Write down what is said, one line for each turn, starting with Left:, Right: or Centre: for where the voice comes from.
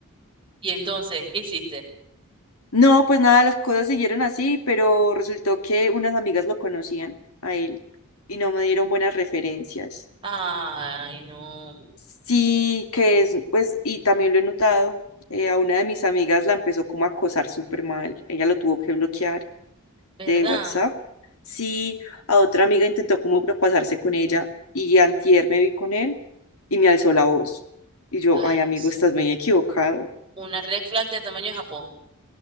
Right: Y entonces, ¿qué hiciste?
Left: No, pues nada, las cosas siguieron así, pero resultó que unas amigas lo conocían a él y no me dieron buenas referencias.
Right: Ay, no,
Left: Sí, que es, pues, y también lo he notado, eh, a una de mis amigas la empezó como a acosar súper mal. Ella lo tuvo que bloquear.
Right: ¿verdad?
Left: de WhatsApp, sí, a otra amiga intentó como propasarse con ella y antier me vi con él y me alzó la voz. Y yo,
Right: Ay,
Left: ay, amigo,
Right: Dios.
Left: estás muy equivocado,
Right: Una red flag de tamaño de Japón.